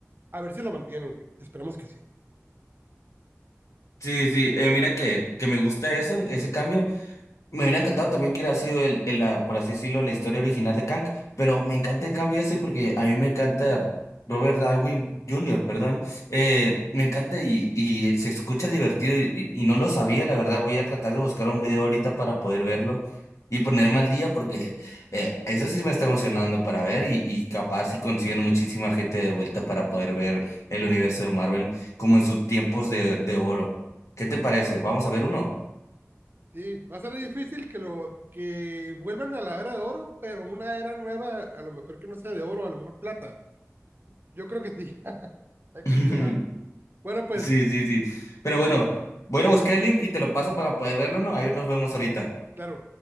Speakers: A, on the right (about 40°); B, on the left (about 70°).
A: A ver si lo mantienen, güey. Esperemos que sí.
B: sí, sí. Eh, mira que, que me gusta eso, ese cambio. Me hubiera encantado también que hubiera sido el, el, la, por así decirlo, la historia original de Kang, pero me encanta el cambio ese porque a mí me encanta Robert Darwin Junior perdón, eh, me encanta y, y se escucha divertido y, y- y no lo sabía, la verdad, voy a tratar de buscar un video ahorita para poder verlo y ponerme al día porque eh, eso sí me está emocionando para ver y, y capaz si consiguen muchísima gente de vuelta para poder ver el universo de Marvel como en sus tiempos de, de oro. ¿Qué te
A: Va a
B: parece?
A: estar-
B: ¿Vamos a ver uno?
A: sí, va a ser difícil que lo que vuelvan a la era de oro, pero una era nueva, a lo mejor que no sea de oro, a lo mejor plata. Yo creo que sí. <laughs> Hay
B: <laughs>
A: que esperar. Bueno, pues,
B: Sí, sí, sí. Pero bueno, voy a ir a buscar el link y te lo paso para poder verlo, ¿no? Ahí nos vemos ahorita.
A: claro.